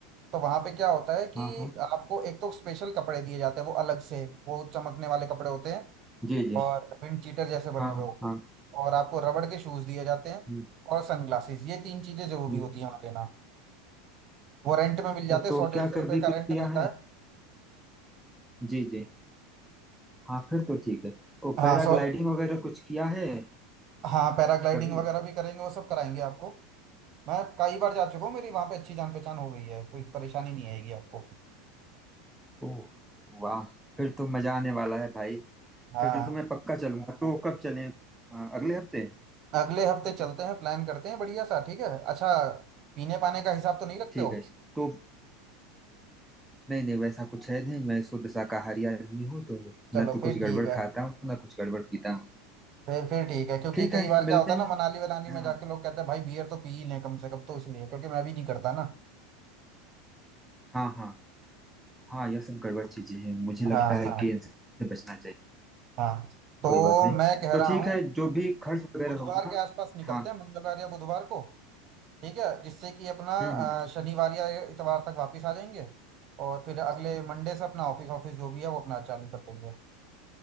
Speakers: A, on the right; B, in the centre.
A: तो वहां पे क्या होता है कि
B: हाँ हाँ
A: आपको एक तो स्पेशल कपड़े दिए जाते हैं वो अलग से वो चमकने वाले कपड़े होते हैं
B: जी जी
A: और विंड चीटर जैसे बने
B: हाँ
A: हुए
B: हाँ
A: हो
B: हाँ
A: और आपको रबड़ के शूज दिए जाते हैं
B: हम्म
A: और सनग्लासेस ये तीन चीजें जरूरी
B: हम्म।
A: होती हैं वहां लेना वो रेंट में मिल
B: अच्छा
A: जाते हैं
B: तो
A: सौ
B: क्या
A: डेढ़ सौ रुपए
B: कभी कुछ
A: का रेंट
B: किया
A: मिलता
B: है
A: है
B: जी जी हाँ फिर तो ठीक है ओ
A: हाँ
B: पैराग्लाइडिंग
A: सौ
B: वगैरह कुछ किया है
A: हाँ पैराग्लाइडिंग
B: कभी
A: वगैरह भी करेंगे वो सब कराएंगे आपको मैं कई बार जा चुका हूँ मेरी वहां पे अच्छी जान पहचान हो गई है कोई परेशानी नहीं आएगी आपको
B: ओह वाह फिर तो मजा आने वाला है भाई
A: हाँ
B: फिर तो मैं पक्का चलूंगा तो कब चलें अ, अगले हफ्ते
A: अगले हफ्ते चलते हैं प्लान करते हैं बढ़िया सा ठीक है अच्छा पीने पाने का हिसाब तो नहीं रखते
B: ठीक
A: हो
B: है तो नहीं नहीं वैसा कुछ है नहीं मैं शुद्ध शाकाहारी आदमी हूँ तो
A: चलो
B: ना तो
A: फिर
B: कुछ
A: ठीक
B: गड़बड़
A: है
B: खाता हूँ ना कुछ गड़बड़ पीता हूँ
A: फिर फिर ठीक है क्योंकि
B: ठीक
A: कई
B: है
A: बार क्या
B: मिलते
A: होता
B: हैं
A: है ना मनाली वनाली में
B: हाँ
A: जाके लोग कहते हैं भाई बियर तो पी ही लें कम से कम तो इसलिए क्योंकि मैं भी नहीं करता ना
B: हाँ हाँ हाँ यह सब गड़बड़ चीजें हैं मुझे
A: हाँ
B: लगता है
A: <laughs> हाँ
B: कि इनसे बचना चाहिए
A: हाँ तो
B: कोई बात नहीं
A: मैं कह
B: तो
A: रहा
B: ठीक
A: हूँ
B: है जो भी खर्च वगैरह
A: बुधवार
B: होगा
A: के आसपास निकलते
B: हाँ
A: हैं मंगलवार या बुधवार को ठीक है जिससे कि अपना
B: हम्म हम्म,
A: अ, शनिवार या इतवार तक वापस आ जाएंगे और फिर अगले मंडे से अपना ऑफिस ऑफिस जो भी है वो अपना चालू कर देंगे